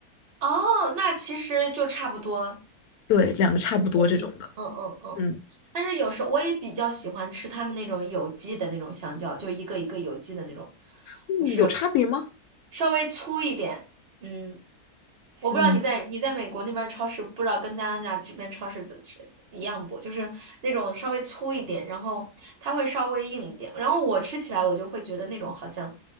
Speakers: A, on the right (about 45°); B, on the left (about 75°).
A: 哦，那其实就差不多，
B: 对，两个差不多这种的。
A: 很便宜。嗯嗯嗯，
B: 嗯
A: 但是有时候我也比较喜欢吃他们那种有机的那种香蕉，就一个一个有机的那种，
B: 嗯，
A: 就是
B: 有差别吗？
A: 稍微粗一点。嗯，我不知道你在你在美国那边儿超市，
B: 嗯，
A: 不知道跟加拿大这边超市怎是一样不？就是那种稍微粗一点，然后它会稍微硬一点。然后我吃起来，我就会觉得那种好像